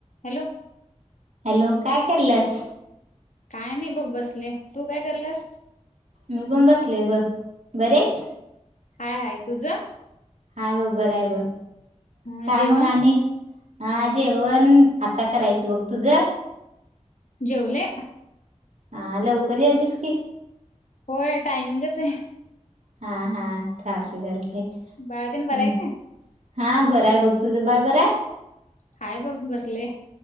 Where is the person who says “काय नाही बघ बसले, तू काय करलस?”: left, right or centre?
Left